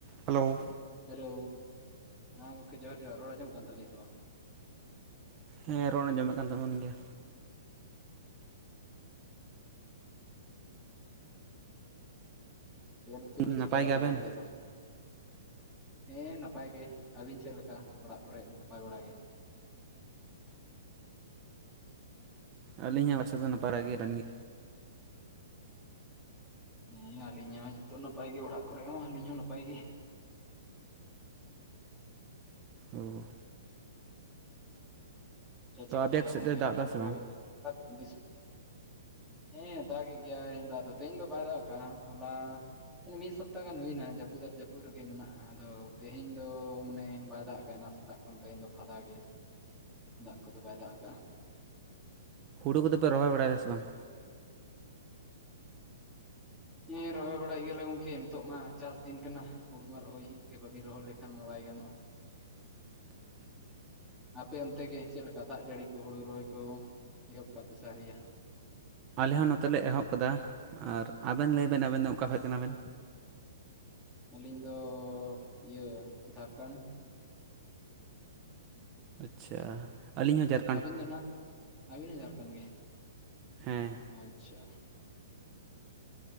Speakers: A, on the right; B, in the centre.
A: ᱦᱮᱞᱳᱻ
B: ᱦᱮᱞᱳᱻ, ᱦᱮᱸ ᱜᱚᱝᱠᱮ ᱡᱚᱸᱦᱟᱨ ᱡᱚᱸᱦᱟᱨ ᱨᱚᱲ ᱟᱸᱡᱚᱢᱚᱜ ᱠᱟᱱ ᱛᱟᱞᱤᱧᱟ ᱥᱮ ᱵᱟᱝ?
A: ᱦᱮᱸ ᱨᱚᱲ ᱟᱸᱡᱚᱢ ᱚᱜ ᱟᱠᱱ ᱛᱟᱵᱚᱱ ᱜᱮᱭᱟ᱾
B: ᱞᱟᱹᱭᱮᱫ ᱟᱞᱤᱧ ᱪᱮᱫ ᱵᱤᱱ
A: ᱱᱟᱯᱟᱭ
B: ᱪᱤᱠᱟᱭᱟ
A: ᱜᱮᱭᱟᱵᱮᱱ
B: ᱛᱚᱵᱮ ᱱᱤᱛᱚᱜ ᱫᱚ? ᱦᱮᱸ ᱱᱟᱯᱟᱭ ᱜᱮ ᱟᱹᱵᱤᱱ ᱪᱮᱫ ᱞᱮᱠᱟ, ᱚᱲᱟᱜ ᱠᱚᱨᱮ ᱱᱟᱯᱟᱭ ᱵᱟᱲᱟᱜᱮ?
A: ᱟᱹᱞᱤᱧᱟᱜ ᱥᱮᱫ ᱫᱚ ᱱᱟᱯᱟᱲᱟᱭ ᱜᱤ ᱵᱮᱱ ᱜᱤ?
B: ᱦᱮᱸ ᱟᱹᱞᱤᱧ ᱦᱚᱸ ᱡᱚᱛᱚ ᱱᱟᱯᱟᱭ ᱜᱮ ᱚᱲᱟᱜ ᱠᱚᱨᱮ ᱦᱚᱸ ᱟᱹᱞᱤᱧ ᱦᱚᱸ ᱱᱟᱯᱟᱭ ᱜᱤ᱾
A: ᱳ
B: ᱟᱪᱷᱟ ᱪᱮᱫ
A: ᱛᱚ
B: ᱠᱚ
A: ᱟᱯᱮ
B: ᱞᱟᱹᱭᱟ
A: ᱥᱮᱫ
B: ᱜᱚᱝᱠᱮ
A: ᱫᱚᱭ ᱫᱟᱜ
B: ᱟᱹᱵᱤᱱ
A: ᱮᱫᱟ ᱥᱮ
B: ᱛᱷᱚ
A: ᱵᱟᱝ
B: ᱚᱠ ᱫᱤᱥ ᱦᱮᱸ ᱫᱟᱜᱮᱫ ᱜᱮᱭᱟᱭ ᱫᱟᱜ ᱫᱚ ᱛᱮᱦᱮᱧ ᱫᱚ ᱵᱟᱭ ᱫᱟᱜ ᱟᱠᱟᱜ-ᱟ ᱦᱚᱞᱟ᱾ ᱢᱟᱱᱮ ᱢᱤᱫ ᱥᱚᱯᱛᱟ ᱜᱟᱱ ᱦᱩᱭᱱᱟ ᱡᱟᱹᱯᱩᱫ ᱟᱨ ᱡᱟᱹᱯᱩᱫ ᱨᱮᱜᱮ ᱢᱮᱱᱟᱜᱼᱟ, ᱟᱫᱚ ᱛᱮᱦᱮᱧ ᱫᱚ ᱢᱟᱱᱮ ᱵᱟᱭ ᱫᱟᱜ ᱟᱠᱟᱭᱱᱟ ᱥᱮ ᱛᱟᱜ ᱠᱷᱚᱱ ᱛᱮᱦᱮᱧ ᱫᱚ ᱯᱷᱟᱫᱟ ᱜᱮᱭᱟ᱾ ᱫᱟᱜ ᱠᱚᱫᱚ ᱵᱟᱭ ᱫᱟᱜ ᱟᱠᱟᱜᱼᱟ᱾
A: ᱦᱩᱲᱩ ᱠᱚᱫᱚᱯᱮ ᱨᱚᱦᱚᱭ ᱵᱟᱲᱟᱭᱫᱟ ᱥᱮ ᱵᱟᱝ?
B: ᱦᱮᱸ ᱨᱚᱦᱚᱭ ᱵᱟᱲᱟᱭ ᱜᱮᱭᱟᱞᱮ ᱜᱚᱝᱠᱮ ᱱᱤᱛᱚᱜᱢᱟ ᱪᱟᱥ ᱫᱤᱱ ᱠᱟᱱᱟ, ᱦᱩᱲᱩ ᱠᱚᱢᱟ ᱨᱚᱦᱚᱭ ᱦᱩᱭᱩᱜ ᱜᱮᱭᱟ ᱵᱟᱹᱵᱤᱱ ᱨᱚᱦᱚᱲ ᱞᱮᱠᱷᱟᱱ ᱢᱟ ᱵᱟᱭ ᱜᱟᱱᱚᱜᱼᱟ᱾
A: <unintelligible>
B: ᱟᱯᱮ ᱚᱱᱛᱮ ᱜᱮᱮ ᱪᱮᱫ ᱞᱮᱠᱟ, ᱫᱟᱜ ᱡᱟᱹᱲᱤ ᱠᱚ ᱦᱩᱲᱩ ᱨᱚᱦᱚᱭ ᱠᱚ ᱮᱦᱚᱵ ᱠᱟᱜ ᱠᱚ ᱥᱮ ᱟᱹᱣᱨᱤᱭᱟ?
A: ᱟᱞᱮ ᱦᱚᱸ ᱱᱚᱛᱮ ᱞᱮ ᱮᱦᱚᱵ ᱠᱟᱫᱟ ᱟᱨ ᱟᱵᱮᱱ ᱞᱟᱹᱭ ᱵᱮᱱ ᱟᱵᱮᱱ ᱫᱚ ᱚᱠᱟ ᱠᱷᱚᱡᱽ ᱠᱟᱱᱟ ᱵᱮᱱ?
B: ᱟᱹᱞᱤᱧ ᱫᱚᱻ ᱤᱭᱟᱹ ᱡᱷᱟᱨᱠᱷᱟᱸᱰ
A: ᱟᱪᱪᱷᱟ ᱟᱹᱞᱤᱧ ᱦᱚᱸ ᱡᱟᱨ
B: ᱟᱹᱵᱤᱱ ᱫᱚ ᱱᱟᱜ ᱟᱹᱵᱤᱱ ᱦᱚᱸ ᱡᱷᱟᱨᱠᱷᱟᱸᱰ ᱜᱮ
A: ᱦᱮᱸ
B: ᱟᱪᱪᱷᱟ